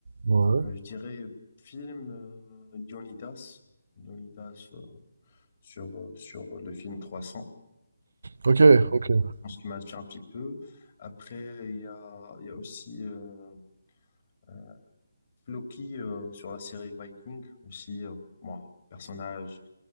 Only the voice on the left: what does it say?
Euh, je dirais film euh, Dionydas. Dionydas euh, sur, euh, sur le film trois cents
Je pense qu'il m'inspire un petit peu. Après, il y a, il y a aussi euh, euh, Loki euh, sur la série Viking. Aussi, euh, moi, personnage,